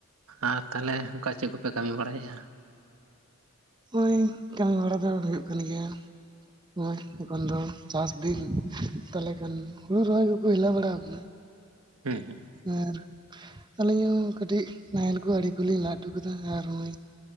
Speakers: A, on the right; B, on the right.
A: ᱟᱨ ᱛᱟᱦᱞᱮ ᱚᱝᱠᱟ ᱪᱮᱜ ᱠᱚᱯᱮ ᱠᱟᱹᱢᱤ ᱵᱟᱲᱟᱭᱮᱜᱼᱟ?
B: ᱚᱸᱭ ᱠᱟᱹᱢᱤ ᱵᱟᱲᱟ ᱫᱚ ᱦᱩᱭᱩᱜ ᱠᱟᱱ ᱜᱮᱭᱟ᱾ ᱱᱚᱜᱼᱚᱭ ᱮᱠᱷᱚᱱ ᱫᱚ ᱪᱟᱥ ᱫᱤᱱ ᱛᱟᱞᱦᱮ ᱠᱷᱟᱱ ᱦᱩᱲᱩ ᱨᱚᱦᱚᱭ ᱠᱚᱠᱚ ᱦᱮᱞᱟᱣ ᱵᱟᱲᱟᱟᱣ ᱠᱟᱱᱟ᱾
A: ᱦᱩᱸ ᱦᱩᱸ
B: ᱟᱨ ᱟᱹᱞᱤᱧ ᱦᱚᱸ ᱠᱟᱹᱴᱤᱡ ᱱᱟᱦᱮᱞ ᱠᱚ ᱟᱲᱮ ᱠᱚᱞᱤᱧ ᱞᱟ ᱚᱴᱩ ᱠᱮᱫᱟ ᱟᱨ ᱚᱸᱭ